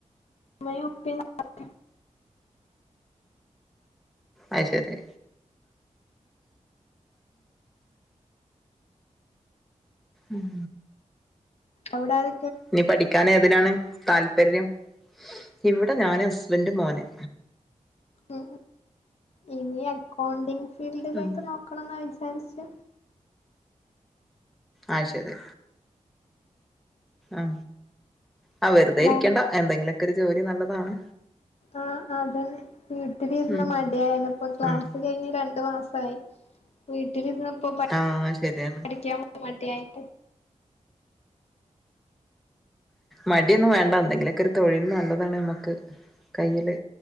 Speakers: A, on the left; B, in the centre.
A: ഉമ്മയും ഉപ്പയും താത്തയും
B: അത് ശരി ഉം
A: അവിടത
B: നീ പഠിക്കൻ ഏതിനാണ് താല്പര്യം ഇവിടെ ഞാന് ഹസ്ബൻഡ മോനെ
A: ഉ ഇനി അക്കൗണ്ടിങ് ഫീൽഡിലേക്ക്
B: ഉം
A: നോക്കണം എന്ന വിചാരിച്ച്
B: ആഹ ശരി ഉ ആ വെറുതെ
A: മോ
B: ഇരിക്കണ്ട എന്തെങ്കിലുമൊക്കെ ഒരു ജോലി നല്ലതാണ്
A: ആ് അതന്നെ വീട്ടിലിരുന്ന്
B: ഉം
A: മടിയായന ഇപ്പ ക്ലാസ്സ്
B: ഉം
A: കഴിഞ്ഞ് രണ്ടു മാസം വീട്ടിലിന്ന് ഇപ്പ പഠിക്കൻ
B: ആഹ് ശരിയാണ്
A: പോൻ വേണ്ടിക്ക്
B: മടിയൊന്നും വേണ്ട എന്തെങ്കിലുമൊക്കെ ഒരു തൊഴിൽ നല്ലതാണ് നമ്മക്ക് കയ്യില്